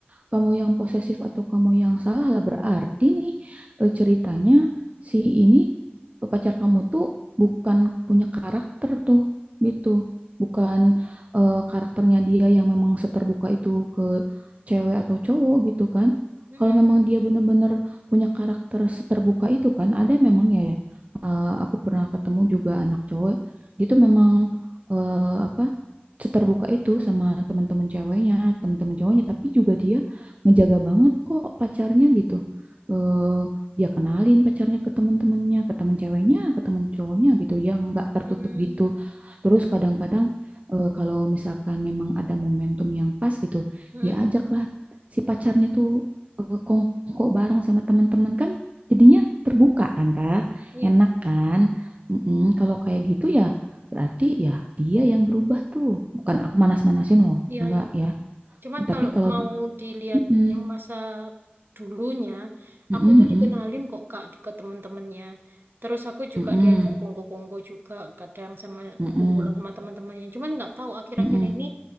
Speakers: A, on the right; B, on the right.
A: kamu yang posesif atau kamu yang salah lah. Berarti nih eh, ceritanya si ini eh, pacar kamu tuh bukan punya karakter tuh gitu. Bukan eh, karakternya dia yang memang seterbuka itu ke cewek atau cowok gitu kan.
B: Hmm,
A: Kalau memang dia benar-benar punya karakter seterbuka itu kan, ada memang ya ya. Eh, aku pernah ketemu juga anak cowok gitu memang eh, apa seterbuka itu sama teman-teman ceweknya, teman-teman cowoknya, tapi juga dia ngejaga banget kok pacarnya gitu. Eh, dia kenalin pacarnya ke teman-temannya, ke teman ceweknya, ke teman cowoknya gitu, yang nggak tertutup
B: hmm,
A: gitu. Terus kadang-kadang eh, kalau misalkan memang ada momentum yang pas gitu,
B: hmm,
A: dia ajaklah si pacarnya tuh eh, kongko bareng sama teman-teman kan jadinya terbuka kan Kak,
B: iya,
A: enak kan. Mm-mm, kalau kayak gitu ya Berarti ya dia yang berubah tuh. Bukan aku manas-manasin loh.
B: iya,
A: Enggak
B: iya.
A: ya.
B: Cuman
A: Tapi
B: kalau
A: kalau
B: mau dilihat
A: Mm-mm,
B: yang masa dulunya,
A: mm-mm,
B: aku tuh dikenalin kok Kak di- ke temen-temennya. Terus aku juga
A: mm-mm,
B: diajak kongko-kongko juga kadang sama
A: mm-mm, mm-mm,
B: kumpulan sama teman-temannya. Cuman nggak tahu akhir-akhir
A: mm-mm,
B: ini